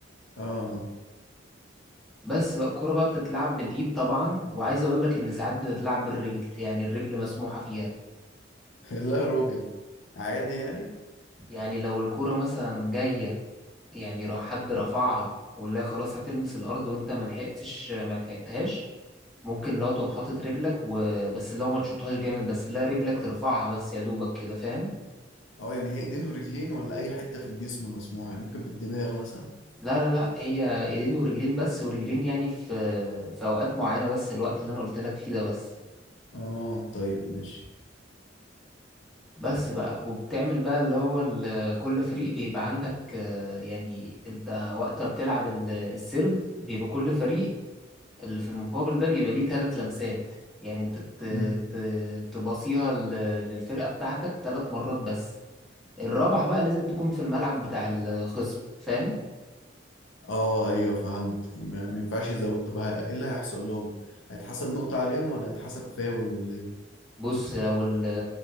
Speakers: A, on the left; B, in the centre.
A: اه
B: بس بقى الكورة بقى بتتلعب بالإيد طبعا وعايز أقول لك إن ساعات بتتلعب بالرجل يعني الرجل مسموحة فيها
A: <laughs> لا يا راجل عادي يعني
B: يعني لو الكورة مثلا جاية يعني را- حد رفعها والله خلاص هتلمس الأرض وأنت ملحقتش ملحقتهاش ممكن لو تقوم حاطط رجلك وبس لو ما تشوطهاش جامد بس لا رجلك ترفعها بس يا دوبك كده فاهم
A: اه يعني هي ايدين ورجلين ولا اي حتة في الجسم مسموحة يعني ممكن بالدماغ مثلا
B: لا لا لا هي ايدين ورجلين بس ورجلين يعني في في اوقات معينه بس الوقت اللي انا قلت لك فيه ده بس
A: اه طيب ماشي
B: بس بقى وبتعمل بقى اللي هو ال- كل فريق بيبقى عندك آه، يعني انت وقت ما بتلعب ال- السيرف بيبقى كل فريق اللي في المقابل ده بيبقى ليه ثلاث لمسات يعني انت ت-
A: مم.
B: ت- تباصيها ل- للفرقه بتاعتك ثلاث مرات بس الرابعه بقى لازم تكون في الملعب بتاع الخصم فاهم
A: اه ايوه فهمت يعني ما ما ينفعش يزود طب ه- ايه اللي هيحصل لهم هيتحسب نقطة عليهم ولا هيتحسب فاول ولا ايه
B: بص لو ال